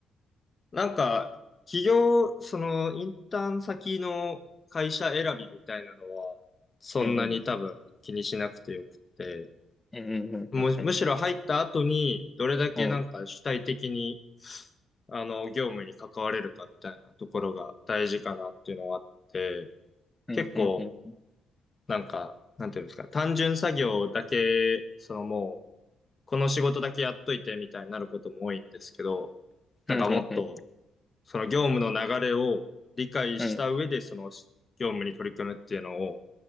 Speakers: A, on the left; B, on the left.
A: なんか、企業、その、インターン先の会社選びみたいなのは、そんなに多分気にしなくてよくて、
B: うんうん。うんうんうんうんうん。
A: む、むしろ入った後に、どれだけなんか主体的に、
B: うん。
A: あの、業務に関われるかみたいなところが大事かなっていうのはあって、
B: うんうんうん
A: 結構、なんか、なんていうんですか、単純作業だけ、そのもう、この仕事だけやっといてみたいになることも多いんですけど、
B: うん。
A: なんかもっと、
B: うんうんうん
A: その業務の流れを理解した上で、
B: うん。
A: その業務に取り組むっていうのを、